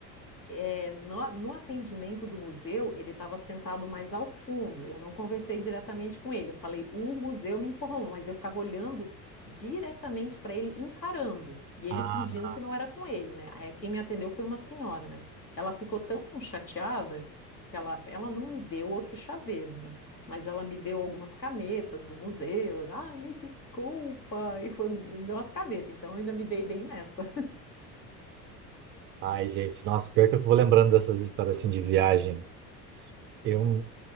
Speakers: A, on the left; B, on the right.
A: É, no, no atendimento do museu, ele estava sentado mais ao fundo. Eu não conversei diretamente com ele. Eu falei, o museu me informou, mas eu ficava olhando diretamente para ele, encarando. E ele
B: Ah,
A: fingindo que não era com ele, né? Aí quem me atendeu foi uma senhora, né? Ela ficou tão chateada que ela, ela não me deu outro chaveiro, né? Mas ela me deu algumas canetas do museu. Ah, me desculpa. E foi, me me deu umas canetas. Então eu ainda me dei bem nessa.
B: Ai, gente, nossa, pior que eu vou lembrando dessas histórias assim de viagem. Eu,